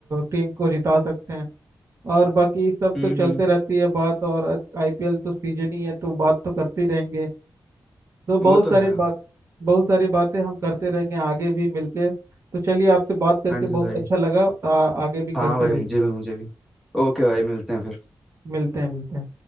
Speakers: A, on the right; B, in the centre.
A: टीम को जिता सकते हैं और बाकी सब
B: हम्म
A: तो चलते
B: हम्म,
A: रहती है बात और आईपीएल तो सीजन ही है तो बात तो करते ही रहेंगे तो बहुत
B: वो तो
A: सारी
B: है
A: बात बहुत सारी बातें हम करते रहेंगे आगे भी मिलके तो चलिए आपसे बात करके
B: हाँ जी
A: बहुत
B: भाई
A: अच्छा लगा आ, आगे भी करते
B: हाँ भाई
A: रहेंगे
B: मुझे भी मुझे भी ओके भाई मिलते हैं फिर
A: मिलते हैं मिलते हैं